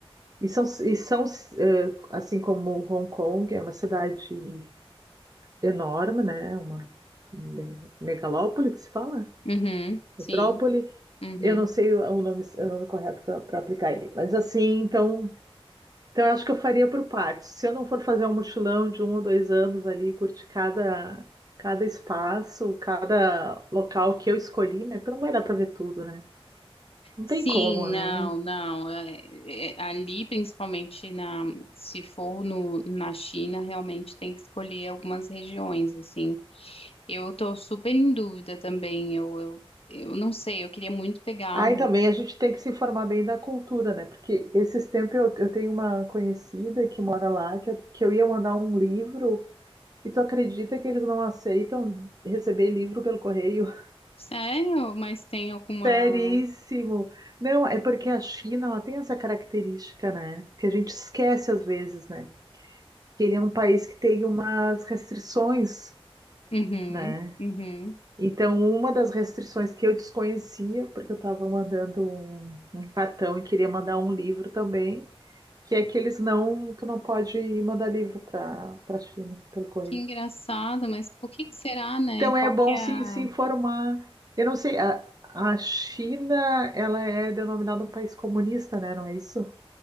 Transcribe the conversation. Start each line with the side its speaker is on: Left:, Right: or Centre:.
Right: E são, e são eh, assim como Hong Kong, é uma cidade enorme, né? Uma me- megalópole que se fala?
Left: Uhum, sim,
Right: Metrópole.
Left: uhum.
Right: Eu não sei o nome, o nome correto para aplicar ele. Mas assim, então, então eu acho que eu faria por partes. Se eu não for fazer um mochilão de um ou dois anos ali, curtir cada, cada espaço, cada local que eu escolhi, né? Porque não vai dar para ver tudo, né? Não
Left: Sim,
Right: tem como, né?
Left: não, não. é- é- ali, principalmente na, se for no, na China, realmente tem que escolher algumas regiões, assim. Eu tô super em dúvida também. Eu, eu, eu não sei, eu queria muito pegar
Right: Aí
Left: um.
Right: também a gente tem que se informar bem da cultura, né? Porque esses tempos eu, eu tenho uma conhecida que mora lá, que eu, que eu ia mandar um livro, e tu acredita que eles não aceitam receber livro pelo correio?
Left: Sério? Mas tem alguma.
Right: Seríssimo. Não, é porque a China, ela tem essa característica, né? Que a gente esquece às vezes, né? Que ele é um país que tem umas restrições,
Left: Uhum,
Right: né?
Left: uhum.
Right: Então, uma das restrições que eu desconhecia, porque eu estava mandando um, um cartão e queria mandar um livro também, que é que eles não, tu não pode mandar livro para para China pelo correio.
Left: Que engraçado, mas por que que será, né?
Right: Então,
Left: Qual
Right: é bom
Left: que é
Right: se,
Left: a...
Right: se informar. Eu não sei, a, a China, ela é denominada um país comunista, né? Não é isso?